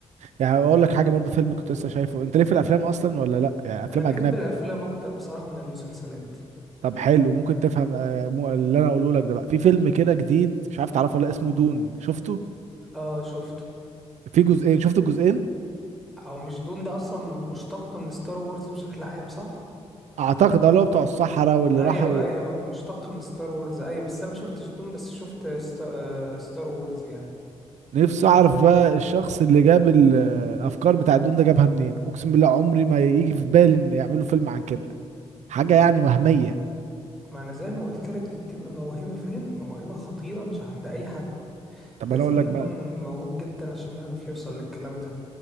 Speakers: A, on the right; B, in the centre.
A: يعني اقول لك حاجة برضو فيلم كنت لسه شايفه انت ليه في الافلام اصلا ولا لا يعني افلام
B: انا بحب
A: اجنبي
B: الافلام اكتر بصراحة من المسلسلات
A: طب حلو ممكن تفهم آه، مو- اللي انا اقوله لك ده بقى في فيلم كده جديد مش عارف تعرفه ولا لأ، اسمه دون شفته
B: اه شفته
A: في جزئين شفت الجزئين
B: او مش دون ده اصلا مشتق من ستار وورز بشكل عام صح
A: اعتقد اه اللي هو بتوع الصحراء واللي
B: ايوه
A: راحوا
B: ايوه هو مشتق من ستار وورز ايوه بس انا ما شفتش دون بس شفت ست... آه، ستار وورز يعني
A: نفسي اعرف بقى الشخص اللي جاب ال- الافكار بتاع الدون ده جابها منين اقسم بالله عمري ما يجي في بالي ان يعملوا فيلم عن كده حاجه يعني وهميه
B: ما انا زي ما قلت لك دي بتبقى موهبة فاهم موهبة خطيرة مش عند اي حد
A: طب
B: لازم
A: انا اقول لك
B: يكون
A: بقى
B: موهوب جدا عشان يعرف يوصل للكلام ده